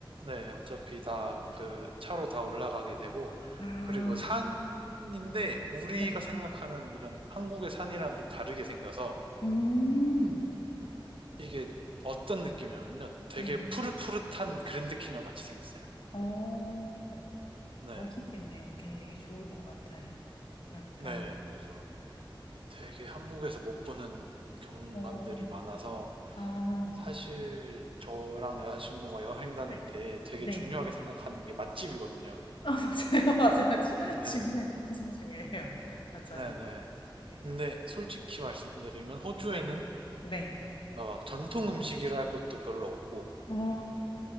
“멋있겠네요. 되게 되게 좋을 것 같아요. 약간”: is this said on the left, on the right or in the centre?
Left